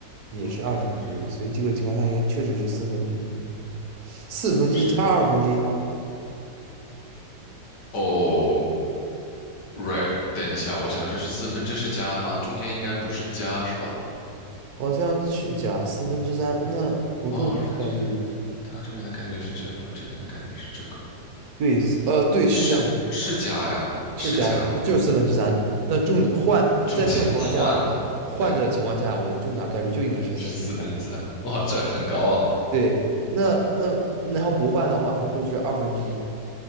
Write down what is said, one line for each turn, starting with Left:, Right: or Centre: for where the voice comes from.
Right: 也是二分之一，
Left: 嗯，看看
Right: 所以这个情况下应该确实是四分之一，四分之一加二分之一吗？
Left: 是，哦，right，等一下，我想这是四分，这是加吗？中间应该不是加是吧？
Right: 好像是加四分之三，那不中奖概率
Left: 哦，二分之一，它这边的概率是这个，这边的概率是这个，
Right: 对是呃对是这样。
Left: 是是加呀，
Right: 是加的，
Left: 是加吧？
Right: 就是四分之三。那中换在这种情况下，
Left: 中间换的，
Right: 换的情况下，
Left: 对，
Right: 我们中奖概率就应该是四分之三。
Left: 是四分之三，哇，这很高啊，
Right: 对，那那然后不换的话，那就是二分之一。